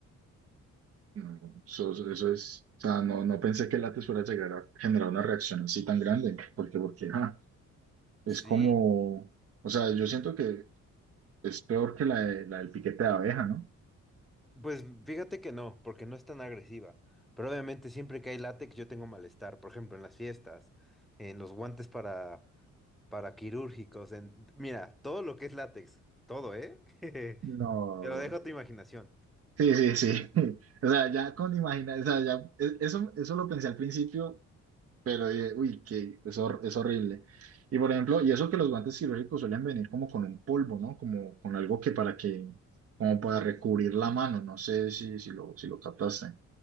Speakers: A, on the right; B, in the centre.
A: No, eso, eso es, o sea, no, no pensé que el látex fuera a llegar a generar una reacción así tan grande, porque, porque, ah, es
B: Sí,
A: como, o sea, yo siento que es peor que la, de- la del piquete de abeja, ¿no?
B: Pues fíjate que no, porque no es tan agresiva. Pero obviamente siempre que hay látex yo tengo malestar. Por ejemplo, en las fiestas, en los guantes para, para quirúrgicos, en... Mira, todo lo que es látex, todo, ¿eh? <laughs>
A: No.
B: Te lo dejo a tu imaginación.
A: Sí, sí, sí. <laughs> O sea, ya con imaginar, o sea, ya, e- eso, eso lo pensé al principio Pero dije, uy, que es, hor- es horrible. Y por ejemplo, y eso que los guantes quirúrgicos suelen venir como con un polvo, ¿no? Como con algo que para que, como para recubrir la mano, no sé si, si lo, si lo captaste.